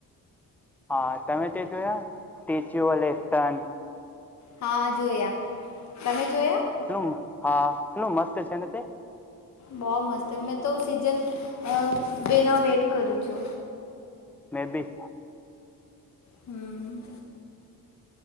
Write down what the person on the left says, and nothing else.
હા જોયા તમે જોયા
બહ મસ્ત. તો મેં તો સીઝન અ બના વેટ કર કરું છો
હમ